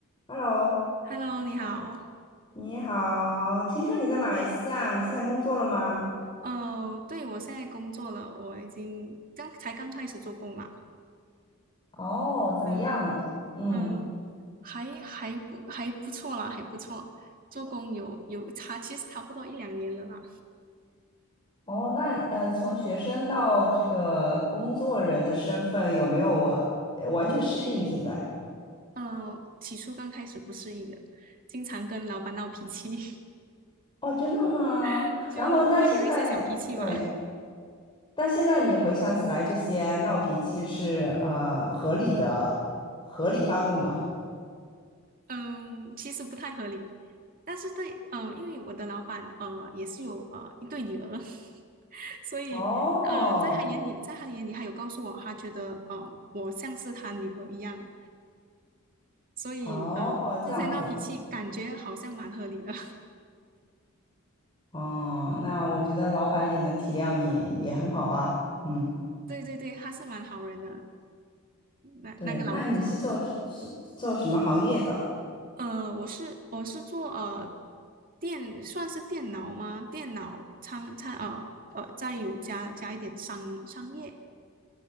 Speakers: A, on the left (about 25°); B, on the right (about 40°).
A: Hello，
B: Hello，你好。
A: 你好，听说你在马来西亚，你现在工作了吗？
B: 哦，对，我现在工作了，我已经刚才刚开始做工啦。
A: 哦，怎么样？
B: 嗯
A: 嗯，
B: 嗯，呃还还不还不错啦，还不错。做工有有差，其实差不多一两年了啦。
A: 哦，那呃，从学生到这个工作人的身份，有没有我呃完全适应现在？
B: 呃，起初刚开始不适应的，经常跟老板闹脾气，
A: 哦，真的吗？
B: <laughs> 就会有一些小脾气吧。
A: 然后那现在，对，但现在你回想起来，这些闹脾气是呃合理的，合理发怒吗？
B: 嗯，其实不太合理，但是对，嗯、因为我的老板呃也是有呃一对女儿，<laughs> 所以呃在他眼里，
A: 哦，
B: 在他的眼里，他有告诉我，他觉得呃我像是他女儿一样，所以呃之前闹脾气感觉好像蛮合理的，
A: 哦，这样子，哦，那我觉得老板也能体谅你，也很好啊。嗯，
B: <laughs> 对对对，他是蛮好人的，那那个老板是蛮好人。
A: 对，那你是做是是做什么行业的？
B: 呃，我是我是做呃电算是电脑吗？电脑仓仓呃呃，再有加加一点商商业。